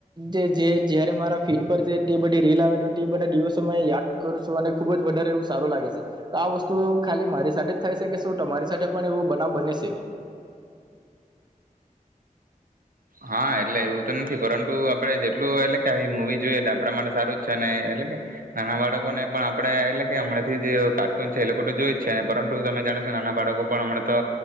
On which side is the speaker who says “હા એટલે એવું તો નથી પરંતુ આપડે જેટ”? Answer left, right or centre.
Right